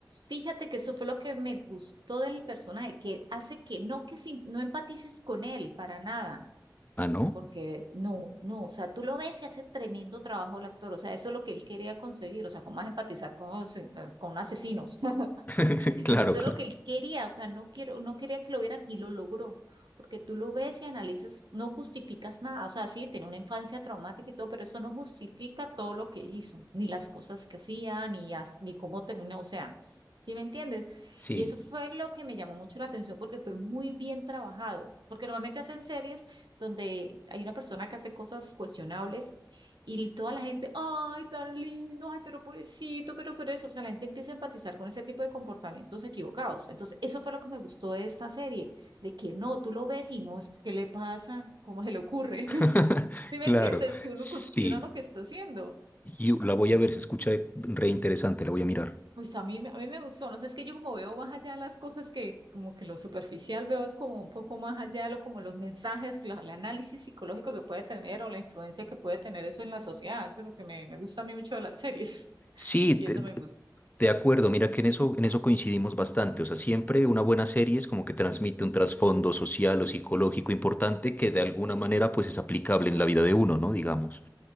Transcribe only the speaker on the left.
Ah, ¿no?
<laughs>
Claro,
claro.
Sí.
<laughs>
Claro,
sí.
Yo la voy a ver, se escucha re interesante, la voy a mirar.
Sí,
de,
de-
de acuerdo, mira que en eso, en eso coincidimos bastante. O sea, siempre una buena serie es como que transmite un trasfondo social o psicológico importante que de alguna manera pues es aplicable en la vida de uno, ¿no? Digamos,